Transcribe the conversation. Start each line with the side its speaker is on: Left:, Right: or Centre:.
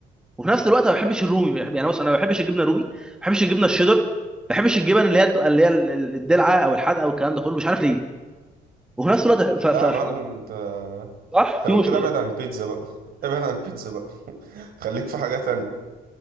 Centre: وفي نفس الوقت ما بحبش الرومي بحب- يعني بص انا ما بحبش الجبنه الرومي ما بحبش الجبنه الشيدر ما بحبش الجبن اللي هي بتبقى اللي هي ال- ال- الدلعه او الحادقه والكلام ده كله مش عارف ليه وفي نفس الوقت ف-
Right: لا
Centre: فالحوار
Right: يا معلم انت
Centre: صح
Right: انت
Centre: في
Right: لو
Centre: مشكله
Right: كده ابعد عن البيتزا بقى ابعد عن البيتزا بقى <laughs> خليك في حاجة تانية